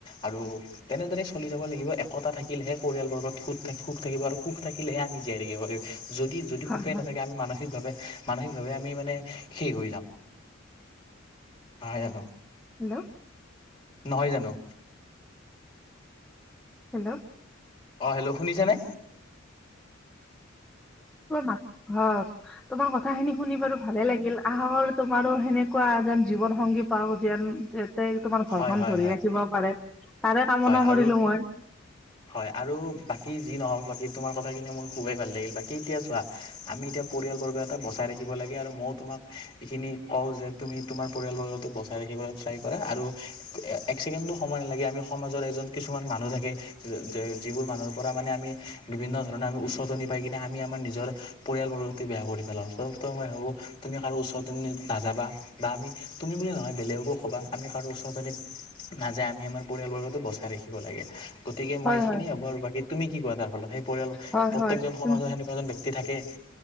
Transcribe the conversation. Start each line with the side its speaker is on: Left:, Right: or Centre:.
Left: আৰু তেনেদৰে চলি যাব লাগিব একতা থাকিলেহে পৰিয়ালবৰ্গত সুত থাকি সুখ থাকিব আৰু সুখ থাকিলেহে আমি জীয়াই ৰাকিব পাৰিম যদি, যদি
Centre: হয়
Left: সুখে
Centre: হয়
Left: নাথাকে আমি মানসিকভাৱে মানসিকভাৱে আমি মানে শেষ হৈ যাম। নহয় জান?
Centre: হেল্ল'
Left: নহয় জানো?
Centre: হেল্ল'
Left: অ হেল্ল' শুনিছানে?
Centre: ক অ <unintelligible> তোমাৰ কথা খিনি শুনি বাৰু ভালে লাগিল। আশা কৰো তোমাৰো সেনেকুৱা এজন জীৱন সংগী পাও যে তে তোমাৰ ঘৰখন
Left: হয় হয়
Centre: ধৰি
Left: হয়
Centre: ৰাখিব পাৰে। তাৰে কামনা
Left: হয় আৰু
Centre: কৰিলো মই
Left: হয় আৰু বাকী যি নহওক, বাকী তোমাৰ কথাখিনি মোৰ খুবেই ভাল লাগিল। বাকি এতিয়া চোৱা আমি এতিয়া পৰিয়াল বৰ্গ এটা বচাই ৰাখিব লাগে আৰু ময়ো তোমাক এইখিনি কওঁ যে তুমি তোমাৰ পৰিয়ালবৰ্গো বচাই ৰাখিবলে ট্ৰাই কৰা আৰু এক ছেকেণ্ডো সময় নালাগে আমি সমাজৰ এজন কিছুমান মানুহ থাকে যিবোৰ মানুহৰ পৰা মানে আমি বিভিন্ন ধৰণে আমি উচতনি পাই কিনে আমি আমাৰ নিজৰ পৰিয় বেয়া কৰি পেলাও। ত তই মই ভাবো তুমি কাৰো ওচৰত নাযাবা বা আমি তুমি বুলি নহয় বেলেগকো কবা আমি কাৰো ওচনিত নাযায় আমি আমাৰ পৰিয়ালবৰ্গতো বচাই ৰাখিব লাগে। গতিকে মই
Centre: হয়
Left: এইখিনিয়ে
Centre: হয়
Left: হ'ব। আৰু বাকী তুমি কি কোৱা? তাৰ ফলত সেই পৰিয়াল
Centre: হয়
Left: প্ৰত্যয়েকজন
Centre: হয়
Left: সমাজৰ সেনেকুৱা এজন ব্যক্তি থাকে